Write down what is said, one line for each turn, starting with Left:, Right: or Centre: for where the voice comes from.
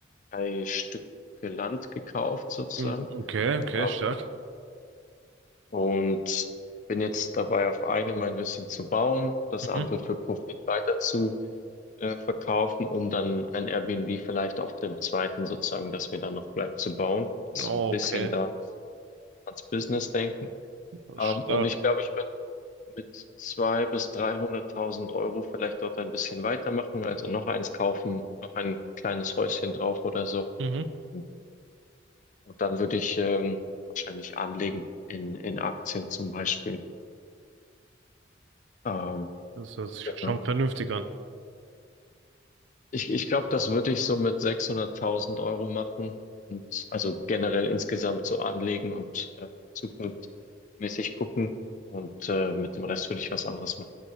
Left: drei Stücke Land gekauft sozusagen
Right: Mhm. Okay, okay,
Left: ähm,
Right: stark.
Left: und bin jetzt dabei, auf einem ein bisschen zu bauen, das
Right: Mhm.
Left: andere für Profit weiter zu äh, verkaufen, um dann ein Airbnb vielleicht auf dem zweiten sozusagen, das mir dann noch bleibt, zu bauen. Also
Right: Okay.
Left: ein bisschen da ans Business denken.
Right: Also
Left: Ähm,
Right: stark.
Left: und ich glaube, ich werde mit 200.000 bis 300.000 Euro vielleicht dort ein bisschen weitermachen, also noch eins kaufen, noch ein kleines Häuschen drauf oder so.
Right: Mhm.
Left: Und und dann würde ich ähm, wahrscheinlich anlegen in, in Aktien zum Beispiel. Ähm,
Right: Das hört sich
Left: genau.
Right: schon vernünftig an.
Left: Ich, ich glaube, das würde ich so mit 600.000 Euro machen und also generell insgesamt so anlegen und äh, zukunftsmäßig gucken und äh, mit dem Rest würde ich was anderes machen.